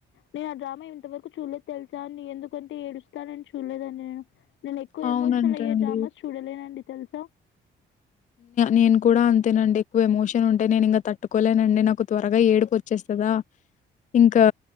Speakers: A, on the left; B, on the left.
A: నేను ఆ డ్రామా ఇంతవరకు చూడలేదు తెలుసా అండి నీ ఎందుకంటే ఏడుస్తానని చూడలేదని నేను నేను ఎక్కువ
B: అవునంటండి.
A: ఎమోషనల్ అయ్యే డ్రామాస్ చూడలేనండి తెలుసా
B: నేను కూడా అంతేనండి ఎక్కువ ఎమోషన్ ఉంటే నేను ఇంకా తట్టుకోలేనండి నాకు త్వరగా ఏడుపు వచ్చేస్త కదా ఇంకా